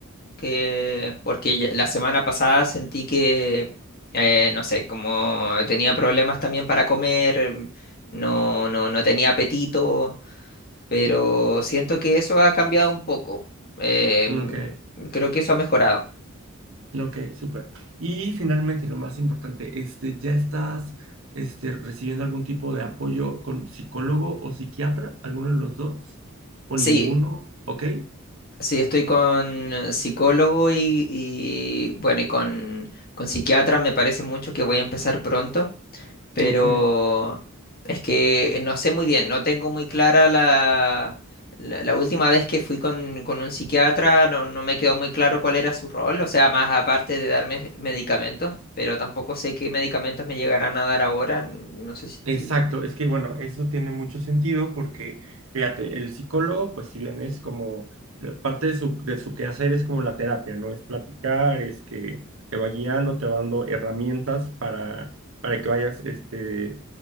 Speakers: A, on the left; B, on the right.
A: que porque ya- la semana pasada sentí que, eh, no sé, como tenía problemas también para comer, mm, no, no, no tenía apetito, pero siento que eso ha cambiado un poco. Eh,
B: Ujú, Ok,
A: mm, creo que eso ha mejorado.
B: ok, súper. Y finalmente, y lo más importante, este, ¿ya estás este, recibiendo algún tipo de apoyo con psicólogo o psiquiatra? ¿Alguno de los dos? ¿O
A: Sí,
B: ninguno? Ok,
A: sí, estoy con psicólogo y, y, bueno, y con, con psiquiatra, me parece mucho que voy a empezar pronto. Pero
B: ok.
A: es que no sé muy bien, no tengo muy clara la, la, la última vez que fui con, con un psiquiatra, no, no me quedó muy claro cuál era su rol, o sea, más aparte de darme medicamentos, pero tampoco sé qué medicamentos me llegarán a dar ahora, no sé si...
B: Exacto,
A: ti-
B: es que bueno, eso tiene mucho sentido porque, fíjate, el psicólogo, pues si bien es como eh, parte de su, de su quehacer es como la terapia, ¿no? Es platicar, es que te va guiando, te va dando herramientas para, para que vayas este,